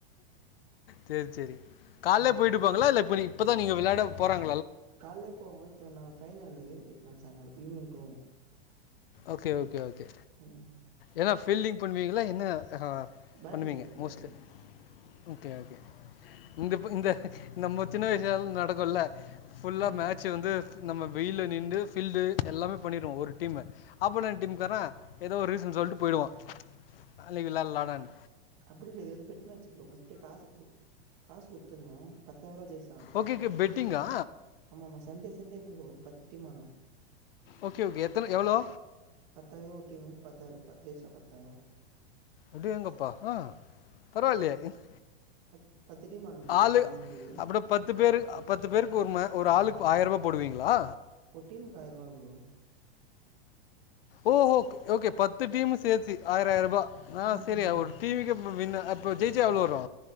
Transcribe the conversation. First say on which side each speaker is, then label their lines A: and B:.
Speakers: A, on the left; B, on the right.
A: செரி செரி காலைலே
B: ம்
A: போயிட்டுப்பாங்களா இல்ல இப்புடி இப்பதா நீங்க வெளயாட போறாங்க
B: காலலே போவோம் இப்ப நா ஃபைனலு நாங் சாயங்கால ஈவினிங் போவோ
A: ஓகே ஓகே ஓகே
B: ம்
A: எனஃப் ஃபீல்டிங் பண்ணுவீங்களா என்ன ஹஹா
B: பேட்டிங்
A: பண்ணுவீங்க
B: bro
A: most
B: batting
A: okay okay இந்தபக் இந்த நம்ம சின்ன வயசு <unintelligible> நடக்குல்ல ஃபுல்லா
B: ம்
A: மேட்சு வந்து நம்ம வெயில்ல நின்டு ஃபீல்டு எல்லாமே பண்ணிறுவோ ஒரு டீம்மு ஆபனன்ட் டீம்காரே எதோ ஒரு ரீசன் சொல்ட்டு போய்டுவா அழிவில்லாலாடன்
B: அப்டி இல்லயே இது வந்து பெட் மேச் ப்ரோ பஸ்டு காச குடு காஸ் குடுத்தர்னு பத்தாய்ருவா ஆ
A: ஓகே ஓகே பெட்டிங்கா
B: ஆமாமா சண்டே சண்டே ப்ரோ பத் திட்டி மானோ
A: ஓகே ஓகே எத்தனை எவ்வளோ
B: பத்தாயிரோ ஒரு டீம்மு பாத்தாயிரோ பத் ஜெய்ச்சா பத் பத்தாயிரோ
A: அடேங்கப் ப்பா ஆ பரவால்லயே இன்
B: பத்து பத்து டீம் ஆடும் ப்ரோ
A: ஆளு
B: கால்ல இருந்து
A: அப்றோ பத்து பேரு அ பத்து பேருக்கு ஒரு ம ஒரு ஆளுக்கு ஆயிரருவா போடுவீங்ளா
B: ஒரு டீம்க்கு ஆயர்ருவா ப்ரோ
A: ஓ ஹோ ஓகே பத்து டீம்மு சேத்து ஆயர ஆயர்ருபா ஆ
B: ம்.
A: செரி ஒரு டி விக்கே ம்மு வின்னு அப்ப ஜெய்ச்சா எவ்ளோ வரு